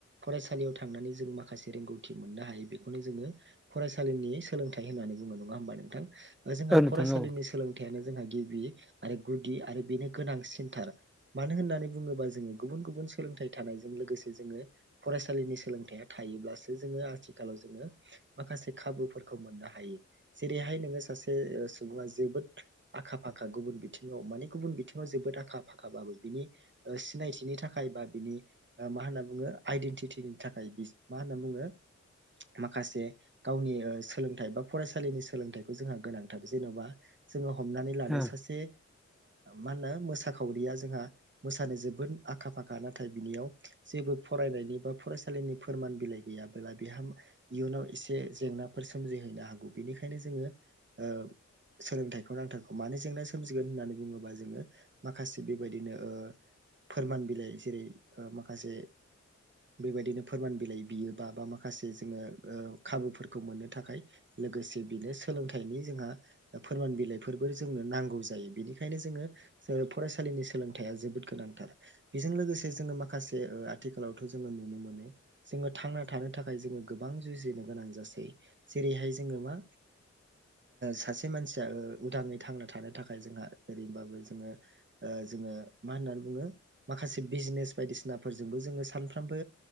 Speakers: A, on the right; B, in the centre.
A: फरायसालियाव थांनानै जों मा? माखासे रोंगौथि मोननो हायो बेखौनो जोंङो फरायसालिनि सोलोंथाइ होननानै बुङो नंङा होमबा नोंथां? जोंहा
B: औ नोंथां
A: फरायसालिनि
B: औ
A: सोलोंथाय। जोंहा गिबि आरो गुदि आरो बेनो गोनां सेन्टार मानो होननानै बुंङोबा जोंङो गुबुन गुब गुबुन सोलोंथाइ थानायजों लोगोसे जोंङो फरायसालिनि सोलोंथाइया। थायोसो जोंङो आथिखालाव जोङो माखासे खाबुफोरखौ मोननो हायो जेरैहाय नोंङो। सासे सुबुा जोबोद आखा फाखा गुबुन बिथिङाव माने गुबुन बिथिङाव जोबोद आखा-फाखा बाबो। बिनि सिनायथिनि थाखाय बा बिनि मा होनना बुंङो आइडेन्टितनि थाखाय बि मा होनना बुंङो माखासे गावनि सोलोंथाइ बा फरायसालिनि सोलोंथाइखौ जोंहा गोनांथार जेन'बा जोंङो हमनानै लाानो
B: औ
A: सासे मा होनो मोसाखावरिया जोंहा मोसानो जोबोद आखा -फाखा नाथाय बिनियाव जे जेबो फरायनायनि बा फरायसालिनि फोरमान बिलाइ गैयाबोला बेहा इयुनाव एसे जेंनाफोर सोमजिहैनो हागौ बेनिखायनो जोंङो। ओ। सोलोंथाइखौ नांथारगौ मानो जेंना सोमजिगोन होननानै बुंङोबा जोंङो माखासे बेबायदिनो। फोरमान बिलाइ जेरै माखासे बेबायदिनो फोरमान बिलाइ बियोबा बा माखासे जोंङो खाबुफोरखौ मोननो थाखाय लोगोसे बेनो सोलोंथाइनि जोंहा फोरमान बिलाइफोरबो जोंनो नांगौ जायो बेनिखायनो जोंङो फरायसा। नि सोलोंथाइआ जोबोद गोनांथार बेजों लोगोसे जोंङो माखासे आथिखालावथ' जोंङो नुनो मोनो। जोंङो थांना थानो थाखाय जोङो गोबां जुजिनो गोनां जासै जेरैहाय जोंङो मा। सासे मानसिया उदांङै थांना थानो थाखाय जोंहा ओरैनोबाबो जोंङो जोंङो मा होननानै बुंङो माखासे बिजनेस बायदिसिनाफोरजोंबो जोंङो सानफ्रामबो